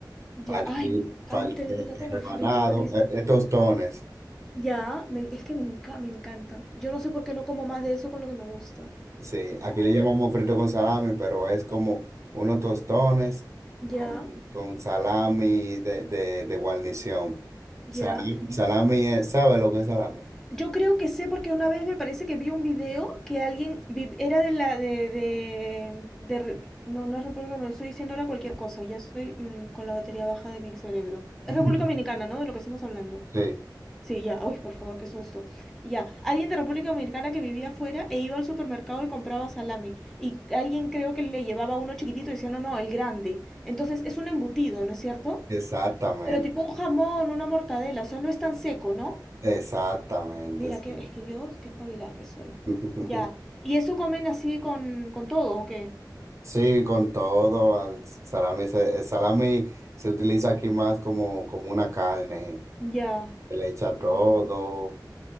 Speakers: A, in the centre; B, on the right.
A: Ya,
B: parti-
A: ay, me encanta
B: par-
A: el
B: eh,
A: plátano
B: rebanado,
A: frito, Christopher.
B: eh, eh, tostones.
A: Ya, me- es que me, enca- me encanta. Yo no sé por qué no como más de eso con lo que me gusta.
B: Sí, aquí
A: Ay,
B: le llamamos frito con salami, pero es como unos tostones
A: Ya,
B: con, con salami de, de, de guarnición. Salami,
A: ya.
B: salami es- ¿sabe lo que es salami?
A: Yo creo que sé porque una vez me parece que vi un video que alguien vi- era de la de, de, de Re- no, no es República Dominicana, estoy diciendo ahora cualquier cosa, ya estoy mm, con la batería baja de mi cerebro. Es
B: <laughs>
A: República Dominicana, ¿no? De lo que estamos hablando.
B: Sí,
A: Sí, ya. Uy, por favor, qué susto. Ya. Alguien de República Dominicana que vivía afuera e iba al supermercado y compraba salami. Y alguien creo que le llevaba uno chiquitito y decía, no, no, el grande. Entonces es un embutido, ¿no es cierto?
B: exactamente,
A: Pero tipo un jamón, una mortadela, o sea, no es tan seco, ¿no?
B: exactamente,
A: Mira,
B: sí.
A: que, es que yo, qué espabilada que soy.
B: <laughs>
A: Ya. ¿Y eso comen así con, con todo o qué?
B: Sí, con todo, al salami, se- el salami se utiliza aquí más como, como una carne,
A: Ya.
B: se le echa todo,
A: Ya.